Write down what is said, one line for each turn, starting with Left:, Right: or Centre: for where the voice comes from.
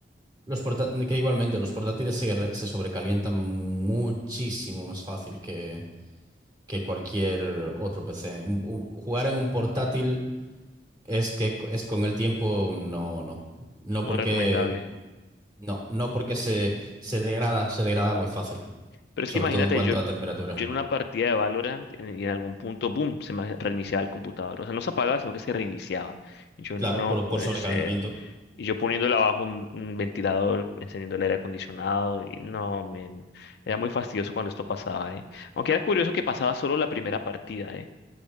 Right: Los porta- que igualmente, los portátiles se, re- se sobrecalientan muchísimo más fácil que, que cualquier otro PC. Un- un- jugar en un portátil Es que co- es con el tiempo, no, no. No
Left: no
Right: porque,
Left: recomendable.
Right: no, no porque se, se degrada, se degrada muy fácil,
Left: Pero es
Right: sobre
Left: que imagínate,
Right: todo en cuanto
Left: yo,
Right: a temperatura.
Left: yo en una partida de Valorant, en, en algún punto, boom, se me reiniciaba el computador. O sea, no se apagaba, sino que se reiniciaba. Y yo,
Right: Claro,
Left: no
Right: por,
Left: puede
Right: por sobrecalentamiento.
Left: ser. Y yo poniéndole abajo un, un ventilador, encendiendo el aire acondicionado, y no, men, era muy fastidioso cuando esto pasaba, ¿eh? Aunque era curioso que pasaba solo la primera partida, ¿eh?